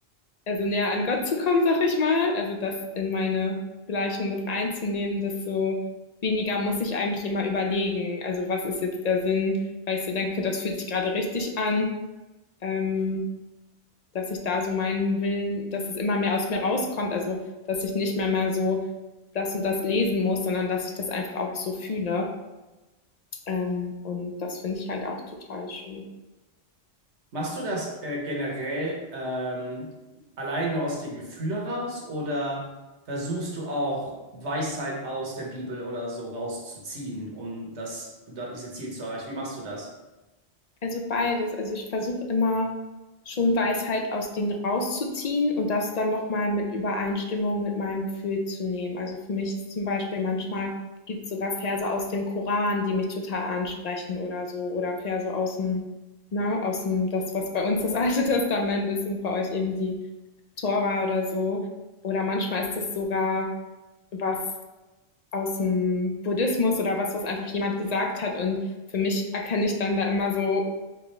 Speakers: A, on the left; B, on the right.
A: also näher an Gott zu kommen, sage ich mal, also das in meine Gleichung mit reinzunehmen, desto weniger muss ich eigentlich immer überlegen. Also, was ist jetzt der Sinn, weil ich so denke, das fühlt sich gerade richtig an, ähm dass ich da so meinen Willen, dass es immer mehr aus mir rauskommt, also dass ich nicht mehr mal so das und das lesen muss, sondern dass ich das einfach auch so fühle. Ähm, und das finde ich halt auch total schön.
B: Machst du das äh, generell ähm, allein nur aus den Gefühlen raus oder versuchst du auch Weisheit aus der Bibel oder so rauszuziehen, um das, um da- diese Ziele zu erreichen? Wie machst du das?
A: Also beides. Also ich versuche immer schon Weisheit aus Dingen rauszuziehen und das dann nochmal mit Übereinstimmung mit meinem Gefühl zu nehmen. Also für mich ist zum Beispiel manchmal gibt es sogar Verse aus dem Koran, die mich total ansprechen oder so, oder Verse aus dem, ne, aus dem, das, was bei uns das Alte <laughs> Testament ist und bei euch eben die Tora oder so. Oder manchmal ist es sogar was aus dem Buddhismus oder was, was einfach jemand gesagt hat. Und für mich erkenne ich dann da immer so